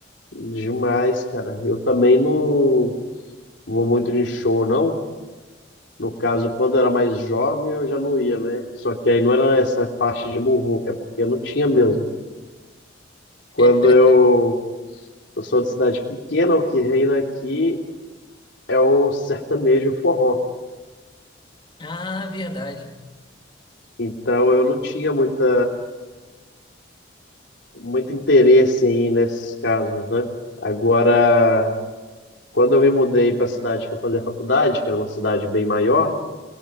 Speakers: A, on the left; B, on the left.
A: demais, cara. Eu também não vou muito de show, não. No caso, quando eu era mais jovem, eu já não ia, né? Só que aí não era essa parte de muvuca, é porque eu não tinha mesmo. Quando
B: <laughs>
A: eu, eu sou de cidade pequena, o que reina aqui é o sertanejo forró.
B: Ah, verdade.
A: Então eu não tinha muita, muito interesse em ir nesses casos, né? Agora, quando eu me mudei para a cidade que eu fazia faculdade, que era uma cidade bem maior,